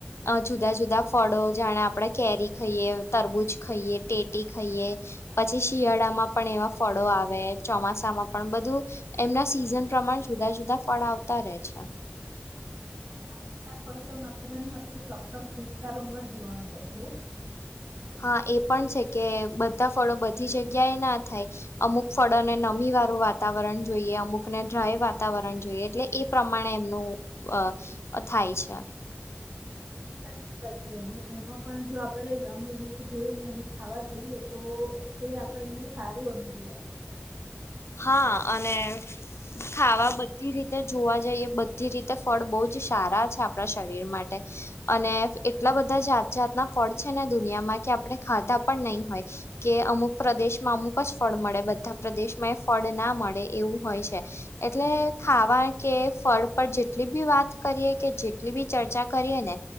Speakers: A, on the left; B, on the right.
A: અ જુદા જુદા ફળો જાણે આપણે કેરી ખઈએ તરબૂચ ખઈએ ટેટી ખઈએ પછી શિયાળામાં પણ એવા ફળો આવે ચોમાસામાં પણ બધું એમના સિઝન પ્રમાણ જુદા જુદા ફળ આવતા રે છે
B: હા કેટલાક ફળો તો માત્ર ને માત્ર ચોક્કસ વિસ્તારોમાં જ જોવા મળે છે
A: હા એ પણ છે કે બધા ફળો બધી જગ્યાએ ના થાય અમુક ફળોને નમી વાળું વાતાવરણ જોઈએ અમુકને ડ્રાય વાતાવરણ જોઈએ એટલે એ પ્રમાણે એમનું અ થાય છે
B: સાચી વાત છે અને એમાં પણ જો આપણે રંગરૂૂપ જોઈને એને ખાવા જઈએ તો તે આપણને સારું અનુકૂળ આવે
A: હા અને ખાવા બધી રીતે જોવા જઈએ બધી રીતે ફળ બહુ જ સારા છે આપડા શરીર માટે અને એટલા બધા જાત જાતના ફળ છે ને દુનિયામાં કે આપણે ખાધા પણ નહી હોય કે અમુક પ્રદેશમાં અમુક જ ફળ મળે બધા પ્રદેશ માં એ ફળ ના મળે એવું હોય છે એટલે ખાવા કે ફળ પર જેટલી બી વાત કરીએ કે જેટલી બી ચર્ચા કરીએ ને